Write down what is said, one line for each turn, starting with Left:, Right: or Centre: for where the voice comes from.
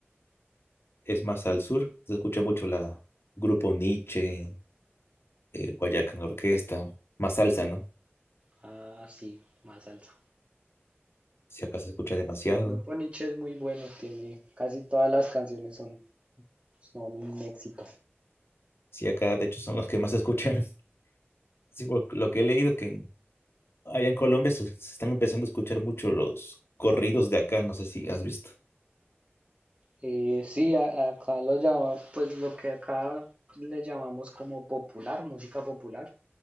Left: es más al sur, se escucha mucho la Grupo Nietzsche, eh, Guayacán Orquesta, más salsa, ¿no?
Right: Ah, sí, más salsa.
Left: Si acá se escucha demasiado.
Right: Sí, El grupo Nietzsche es muy bueno, tiene casi todas las canciones son, son un éxito.
Left: Si acá, de hecho, son los que más se escuchan. <laughs> Sí, por lo que he leído que en Allá en Colombia se, se están empezando a escuchar mucho los corridos de acá, no sé si has visto.
Right: Eh, sí, a- acá lo llama, pues lo que acá le llamamos como popular, música popular,